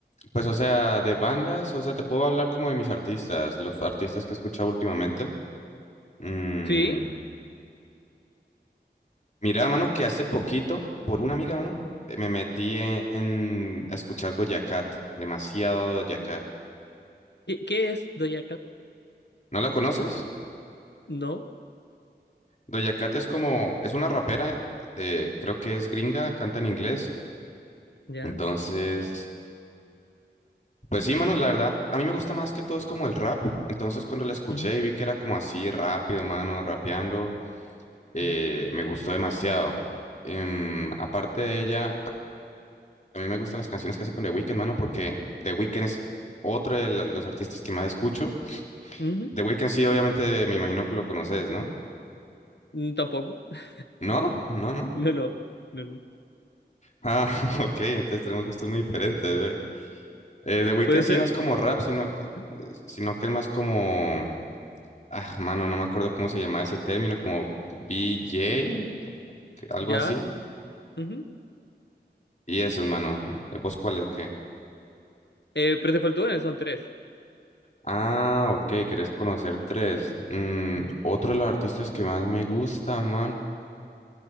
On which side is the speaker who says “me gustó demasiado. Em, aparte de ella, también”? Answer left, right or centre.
Left